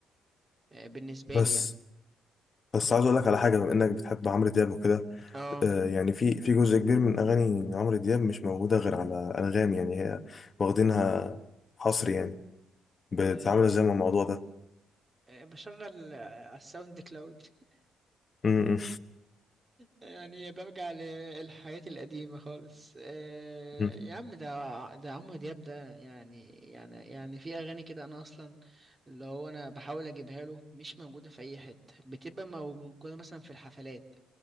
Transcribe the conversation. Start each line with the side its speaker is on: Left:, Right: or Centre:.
Right: آه، بالنسبه
Left: بس
Right: لي يعني
Left: بس عايز اقول لك على حاجه بما انك بتحب عمرو دياب وكده
Right: اه
Left: آه، يعني في في جزء كبير من اغاني عمرو دياب مش موجوده غير على انغامي يعني هي واخدينها حصر يعني بتعامل
Right: آه،
Left: ازاي مع الموضوع ده
Right: آه، بشغل آه، على الساوند كلاود <laughs>
Left: م- م-
Right: يعني برجع للحاجات القديمة خالص آه،
Left: م.
Right: يا عم ده ده عمرو دياب ده يعني يعني يعني في أغاني كده أنا أصلا اللي هو أنا بحاول أجيبها له مش موجودة في أي حتة بتبقى موجودة مثلا في الحفلات